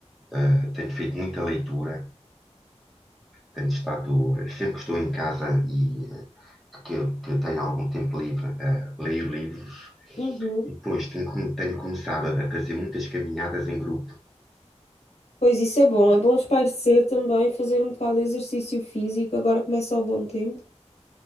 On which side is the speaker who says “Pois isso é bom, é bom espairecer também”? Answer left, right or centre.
Left